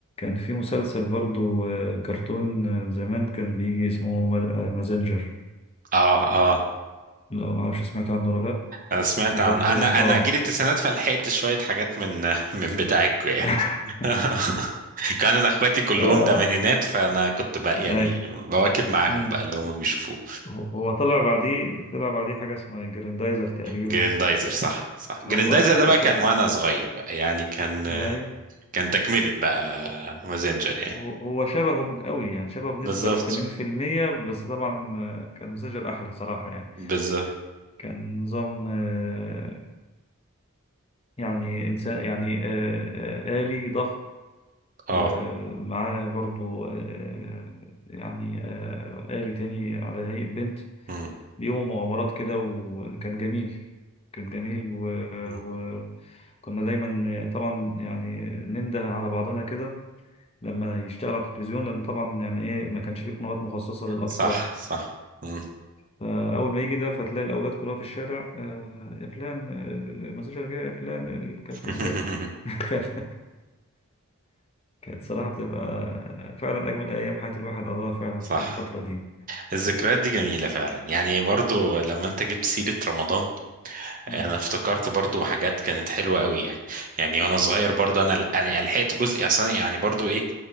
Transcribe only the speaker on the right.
اه اه
انا سمعت
عن انا
انا جيل التسعينات فلحقت شويه حاجات من <laughs> من بتاعتكم يعني
<laughs> كان انا اخواتي كلهم
تمانينات فانا كنت بقى يعني
بواكب معاهم
بقى اللي هم بيشوفوه
جريندايزر صح صح جريندايزر
ده بقى
كان وانا
صغير بقى يعني كان
كان تكملة بقى مازنجر يعني
بالظبط
بالظبط
اه
مم.
مم.
صح صح مم.
<laughs>
صح
الذكريات دي جميلة فعلا يعني برضو لما انت جبت سيرة رمضان
انا افتكرت برضو حاجات كانت حلوة قوي يعني يعني وانا صغير برضو انا انا لحقت جزء اصلا يعني برضو ايه